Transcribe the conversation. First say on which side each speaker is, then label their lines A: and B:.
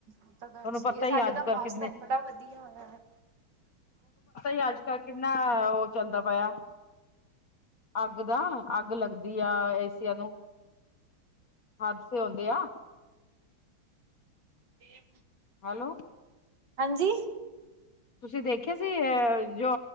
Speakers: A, on the right; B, on the left.
A: ਉਹ ਤਾਂ ਗੱਲ
B: ਤੁਹਾਨੂੰ ਪਤਾ
A: ਸਹੀ ਆ
B: ਹੀ
A: ਸਾਡੇ
B: ਅੱਜ
A: ਤਾਂ ਮੌਸਮ
B: ਕੱਲ ਕਿੰਨੇ
A: ਬੜਾ ਵਧੀਆ ਹੋਇਆ।
B: ਤੇ ਅੱਜ ਕੱਲ੍ਹ ਕਿੰਨਾ ਓ ਚੱਲਦਾ ਪਿਆ। ਅੱਗ ਦਾ ਅੱਗ ਲੱਗਦੀ ਆ ਏਸੀਆਂ ਨੂੰ ਹਾਦਸੇ ਹੁੰਦੇ ਆ।
A: <inaudible>
B: ਹੈਲੋ,
A: ਹਾਂਜੀ।
B: ਤੁਸੀਂ ਦੇਖਿਆ ਸੀ ਅ ਜੋ